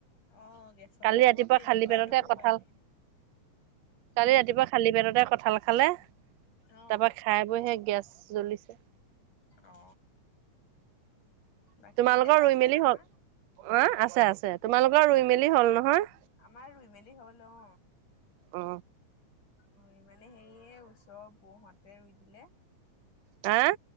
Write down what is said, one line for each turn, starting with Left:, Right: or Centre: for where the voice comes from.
Left: অ', গেছৰ
Right: কালি
Left: কাৰ্ডো
Right: ৰাতিপুৱা
Left: বা পেলু
Right: খালি
Left: কাৰ্ডো
Right: পেটতে
Left: সোমাই।
Right: কঠাল কালি ৰাতিপুৱা শালি পেটতে কঁঠাল খালে
Left: অ',
Right: তাৰ পৰা খাই বৈহে গেছ জ্বলিছে।
Left: অ বাকী
Right: তোমালোকৰ
Left: দাদা
Right: ৰুই
Left: আছে
Right: মেলি
Left: নহয়?
Right: হ'ল অ আছে আছে। তোমালোকৰ ৰুই মেলি হল নহয়?
Left: আমাৰ ৰুই মেলি হ'ল অ।
Right: অ।
Left: উ মানে হেৰিয়ে ওচৰৰ বৌহতে ৰুই দিলে।
Right: আহ?